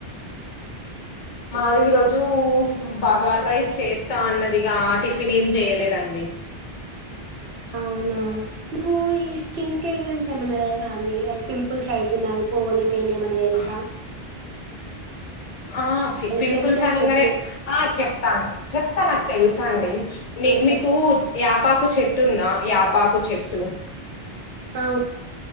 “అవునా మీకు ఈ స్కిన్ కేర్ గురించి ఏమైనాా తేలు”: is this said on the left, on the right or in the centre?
Right